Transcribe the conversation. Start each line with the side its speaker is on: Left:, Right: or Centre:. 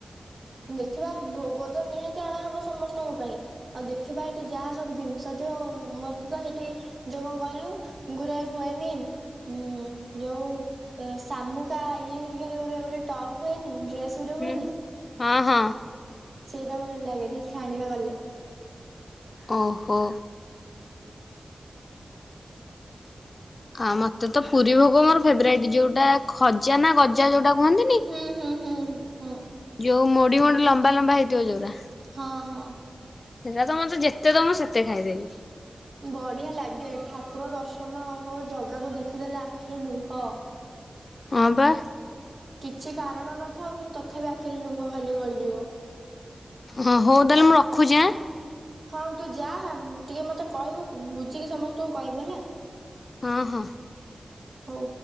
Right: ଦେଖିବା ଭୋଗତ ନିହାତି ଆଣାହବ ସମସ୍ତଙ୍କ ପାଇଁ। ଆଉ ଦେଖିବା ଏଠି ଯାହା ସବୁ ଜିନିଷ ଥିବ ମତେ ତ ହେଇଠି। ଯୋଉ କଣ କହିଲୁ ଗୁରେ ହୁଏନି। ହୁଁ ଯୋଉ ଶାମୁକା ଇଏ ହେରିକାରେ ଗୋଟେ ଟପ୍ ହୁଏନି ଡ୍ରେସ। ଡ୍ରେସଗୁରେ
Left: ହୁଁ
Right: ହୁଏନି।
Left: ହଁ ହଁ।
Right: ସେଇଟା ଭଲ ଲାଗେ ଦେଖିଆ ଆଣିବା ଗଲେ।
Left: ଓହୋ। ଆ ମତେ ତ ପୁରୀ ଭୋଗ ମୋର ଫେବରାଇଟ୍ ଯୋଉଟା ଖଜା ନା ଗଜା ଯୋଉଟା କୁହନ୍ତିନି।
Right: ହଁ ହଁ ହଁ।
Left: ଯୋଉ ମୋଡି ମୋଡି ଲମ୍ବା ଲମ୍ବା ହେଇଥିବ ଜଉରା।
Right: ହଁ ହଁ।
Left: ସେଇଟା ତ ମତେ ଯେତେ ଦବ ସେତେ ଖାଇଦେବି।
Right: ବଢିଆ ଲାଗେ ଠାକୁର ଦର୍ଶନ ହଉ ଜଗାକୁ ଦେଖିଦେଲେ ଆଖିରୁ ଲୁହ।
Left: ହଁ ପା।
Right: କିଛି କାରଣ ନଥାଉ କିନ୍ତୁ ତଥାପି ଆଖିରେ ଲୁହ ଖାଲି ଗଳିଯିବ।
Left: ହଁ ହଉ ତାହେଲେ ମୁଁ ରଖୁଛି ଆଁ।
Right: ହଁ ତୁ ଯା ଟିକେ ମତେ କହିବୁ ବୁଝିକି ସମସ୍ତଙ୍କୁ କହିବୁ ହେଲା।
Left: ହୁଁ ହୁଁ।
Right: ହଉ।